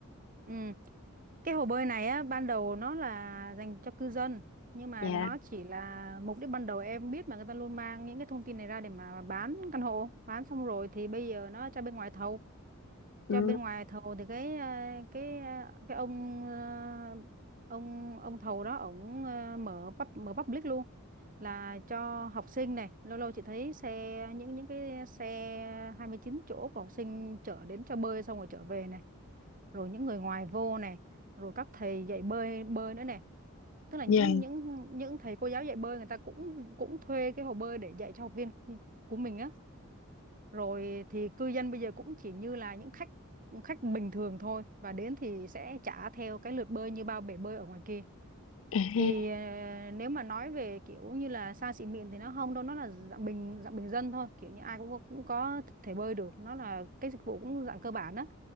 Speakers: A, on the right; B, on the left.
A: ừ cái hồ bơi này á ban đầu nó là dành cho cư dân nhưng mà
B: Dạ.
A: nó chỉ là mục đích ban đầu em biết mà người ta luôn mang những cái thông tin này ra để mà bán căn hộ bán xong rồi thì bây giờ nó cho bên ngoài thầu
B: Ừ.
A: cho bên ngoài thầu thì cái ờ, cái ờ, cái ông ờ, ông ông thầu đó ổng ờ, mở pub mở public luôn là cho học sinh này lâu lâu chị thấy xe những những cái xe 29 chỗ của học sinh chở đến cho bơi xong rồi trở về này rồi những người ngoài vô này rồi các thầy dạy bơi bơi nữa này tức là những
B: Dạ.
A: những những thầy cô giáo dạy bơi người ta cũng cũng thuê cái hồ bơi để dạy cho học viên của của mình á rồi thì cư dân bây giờ cũng chỉ như là những khách khách bình thường thôi và đến thì sẽ trả theo cái lượt bơi như bao bể bơi ở ngoài kia
B: À ha.
A: thì ờ, nếu mà nói về kiểu như là xa xỉ mịn thì nó không đâu nó là dạng bình dạng bình dân thôi kiểu như ai cũng có, cũng có thể bơi được nó là cái dịch vụ cũng dạng cơ bản á